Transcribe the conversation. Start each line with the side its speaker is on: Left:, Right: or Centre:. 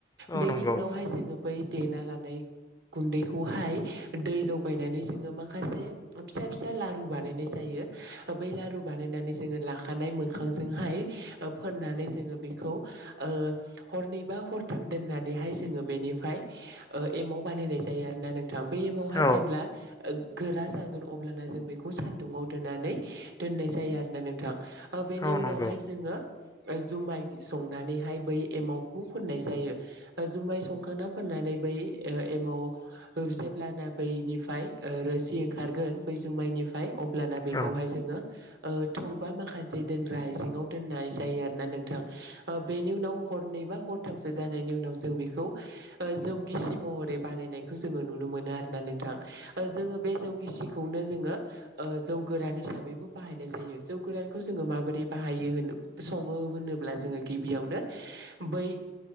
Left: औ
Right: बेनि
Left: नंगौ
Right: उनावहाय जोङो बै देना लानाय गुन्दैखौहाय। दै लगायनानै जोङो माखासे फिसा फिसा लारु बानायनाय जायो बै लारु बानाय जोङो लाखानाय मोखांजोंहाय ओ फोन्नानै जोङो बेखौ ओ। हरनै बा हरथाम दोननानैहाय जोङो बेनिफ्राय एमाव बानायनाय जायो आरोना नों बै एमावहा
Left: औ
Right: जेब्ला ओ। गोरा जागोन अब्लाना जों बेखौ सानदुंङाव दोननानै दोननाय जायो आरोना नोंथां। ओ बेनि
Left: औ नंगौ
Right: उनावहाय जोङो। जुमाय संनानैहाय बै एमावखौ फोननाय जायो जुमाय संखांना फोन नानै बै ओ एमाव। जेब्लाना बैनिफ्राय ओ रोसि ओंखारगोन बै जुमाइनिफ्राय अ ब्लाना बेखौहाय
Left: औ नंगौ औ
Right: जोङो थौबा माखासे दोनग्रा आइजेंआव दोननाय जायो आरोना नोंथां। बेनि उनाव। हरनै बा हरथामसो जानायनि उनाव जों बेखौ ओ जौगिसि महरै बानायनाय। खौ जोंङो नुनो मोनो आरोना नोंथां ओ जोङो बे जौ गिसि खौनो जोङो ओ जौ गोरान हिसाबैबो बाहायनाय जायो जौ गोरानखौ जोङो माबोरै बाहायो होनो। सङो होनोब्ला जोङो गिबियावनो बै